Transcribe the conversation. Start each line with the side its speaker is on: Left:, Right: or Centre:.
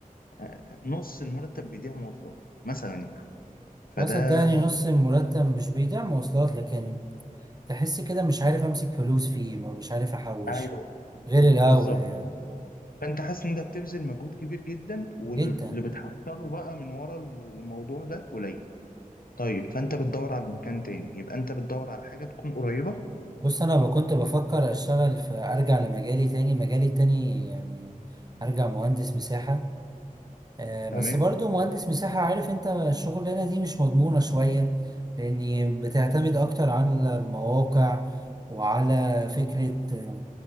Left: آه نص المرتب بيضيع مواصلات مثلا يعني فده
Right: آه، صدقني نص المرتب مش بيدعم مواصلات لكن تحس كده مش عارف امسك فلوس فيه مش عارف احوش
Left: ايوه ب-
Right: غير الاول
Left: بالظبط
Right: يعني
Left: فانت حاسس ان انت بتبذل مجهود كبير جدا واللي
Right: جدا
Left: بتحصله بقى من ورا الموضوع ده قليل طيب فانت بتدور على مكان تاني يبقى انت بتدور على حاجه تكون قريبه
Right: بص انا ب- كنت بفكر اشتغل في ارجع لمجالي تاني مجالي التاني يعني ارجع مهندس مساحة آه
Left: تمام
Right: بس برضو مهندس مساحة عارف انت الشغلانة دي مش مضمونة شوية لاني بتعتمد اكتر على المواقع وعلى فكرة آه،